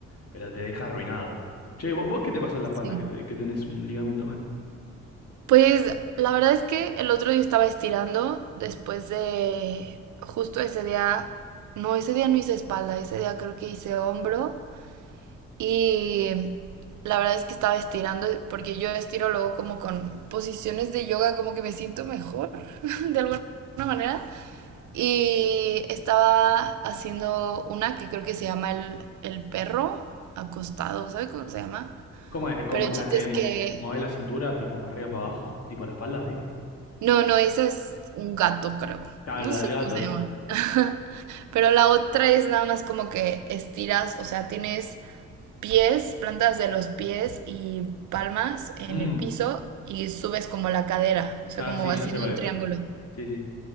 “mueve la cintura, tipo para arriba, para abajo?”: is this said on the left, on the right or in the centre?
Left